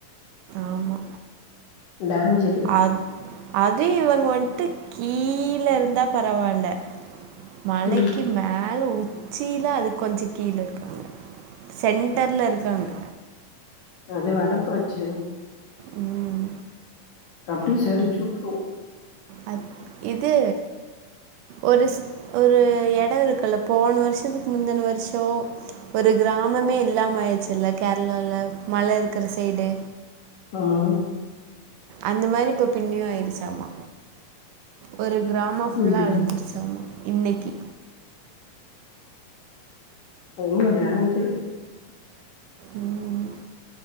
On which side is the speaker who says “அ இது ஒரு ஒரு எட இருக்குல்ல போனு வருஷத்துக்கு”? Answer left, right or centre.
Right